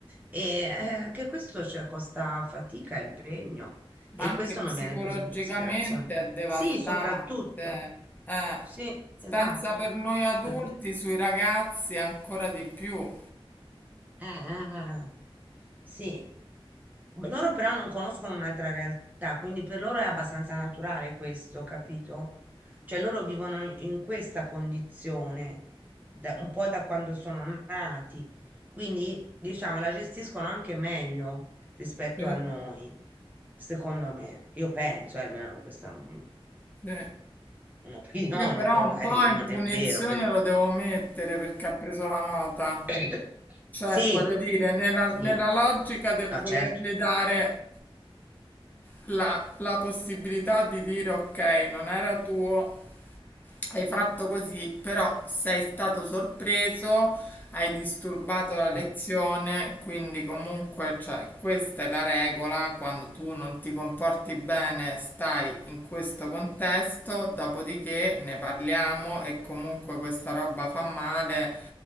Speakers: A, on the right; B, on the left.
A: E eh, anche questo, cioè, costa fatica, e impegno
B: Ma
A: e
B: anche
A: questo
B: psicologicamente
A: non viene preso in considerazione.
B: è devastante.
A: Sì, soprattutto.
B: Eh,
A: Sì, esatto.
B: pensa per noi adulti,
A: Perché,
B: sui ragazzi ancora di più.
A: eh, eh, eh. Sì, loro però non conoscono un'altra realtà, quindi per loro è abbastanza naturale questo, capito? Cioè loro vivono in questa condizione da- un po' da quando sono nati, quindi diciamo la gestiscono anche meglio rispetto
B: Sì,
A: a noi, secondo me. Io penso, eh, almeno questa è una-
B: sì.
A: un'opinione,
B: Io però
A: poi
B: un
A: magari
B: po'
A: non
B: in punizione
A: è vero, perché...
B: lo devo mettere perché ha preso la nota.
A: <coughs>
B: Cioè,
A: Sì,
B: voglio dire, nella,
A: sì,
B: nella logica del
A: no,
B: volergli
A: certo.
B: dare la, la possibilità di dire ok, non era tuo, Hai fatto così, però sei stato sorpreso, hai disturbato la lezione,
A: Eh,
B: quindi comunque, cioè, questa è la regola, quando tu non ti comporti bene, stai in questo contesto, dopodiché ne parliamo e comunque questa roba fa male,